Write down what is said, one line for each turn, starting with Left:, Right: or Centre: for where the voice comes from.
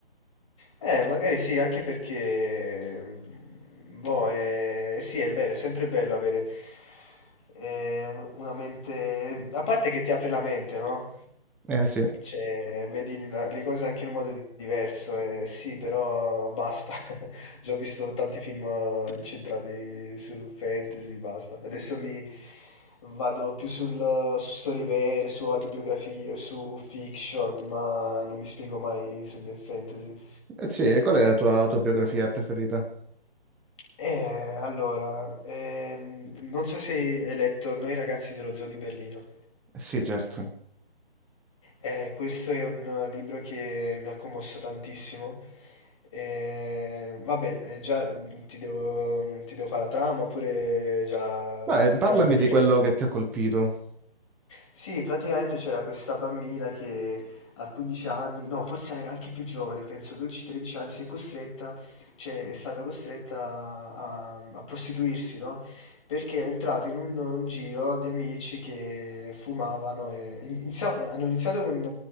Left: Eh, magari sì, anche perché, mhmm, boh, ehm, sì è vero, è sempre bello avere, ehm, un una mente a parte che ti apre la mente, no?
Centre: eh sì.
Left: Cioè, vedi la- le cose anche in un modo di- diverso, eh, sì, però basta. <laughs> Già ho visto tanti film eh, incentrati sul fantasy, basta. Adesso mi vado più sul, su storie vere, su autobiografie, su fiction, ma non mi spingo mai sul del fantasy.
Centre: Eh sì, e qual è la tua autobiografia preferita?
Left: Eh, allora, ehm, non so se hai letto Noi ragazzi dello zoo di Berlino.
Centre: Eh Sì, certo.
Left: Eh, questo è un libro che mi ha commosso tantissimo. Ehm, vabbè, eh, già ti devo, ti devo fare la trama oppure già
Centre: Beh,
Left: ti-
Centre: parlami
Left: te la devo dire?
Centre: di quello che ti ha colpito.
Left: Sì, praticamente c'era questa bambina che a 15 anni, no, forse era anche più giovane, penso 12-13 anni, si è costretta, cioè è stata costretta a, a prostituirsi, no? Perché era entrato in un, un giro di amici che fumavano e in- inizia- hanno iniziato con,